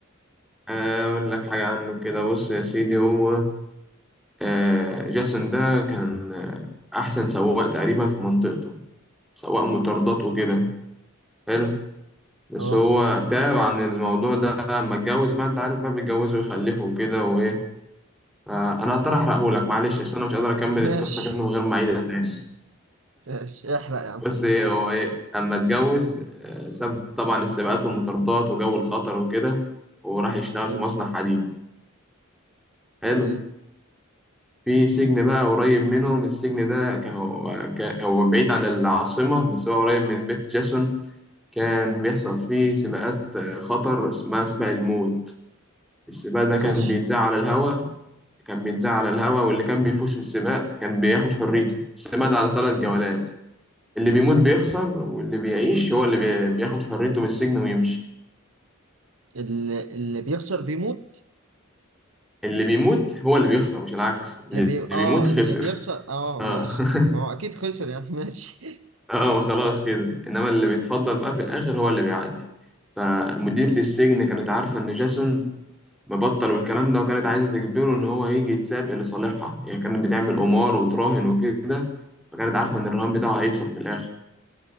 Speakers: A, in the centre; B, on the right (about 70°).
A: آه، اقول لك حاجه عنه كده بص يا سيدي هو آه، جاسون ده كان آه، احسن سواق تقريبا في منطقته سواق مطاردات وكده حلو بس
B: اه
A: هو تاب عن الموضوع ده لما اتجوز بقى انت عارف بقى بيتجوزوا ويخلفوا وكده وايه آه، انا هضطر
B: مم.
A: احرقه لك معلش عشان انا مش قادر اكمل
B: ماشي
A: القصه كده من غير ما اعيدها تاني
B: <laughs> ماشي احرق يا عم
A: بص ايه هو ايه اما اتجوز آه، ساب طبعا السباقات والمطاردات وجو الخطر وكده وراح يشتغل
B: حلو.
A: في مصنع حديد حلو
B: جميل
A: في سجن بقى قريب منهم السجن ده كان هو كان هو بعيد عن العاصمة بس هو قريب من بيت جاسون كان بيحصل فيه سباقات آه، خطر اسمها سباق الموت السباق ده
B: ماشي
A: كان بيتذاع على الهوا كان بيتذاع على الهوا واللي كان بيفوز في السباق كان بياخد حريته السباق ده على ثلاث جولات اللي بيموت
B: مم.
A: بيخسر واللي بيعيش هو اللي بي- بياخد حريته من السجن ويمشي
B: اللي, اللي بيخسر بيموت
A: اللي بيموت هو اللي بيخسر مش العكس
B: اللي
A: اللي
B: بي...
A: بيموت
B: اه
A: خسر
B: اللي بيخسر اه
A: اه
B: ماشي
A: <laughs>
B: ما هو اكيد خسر يعني <laughs> ماشي
A: اه ما خلاص كده انما اللي بيتفضل بقى في الاخر هو اللي بيعدي فمديرة
B: ماشي
A: السجن كانت عارفة ان جاسون مبطل والكلام ده وكانت عايزة تجبره ان هو يجي يتسابق لصالحها يعني كانت بتعمل قمار وتراهن وكده فكانت عارفة ان الرهان بتاعه هيكسب في الاخر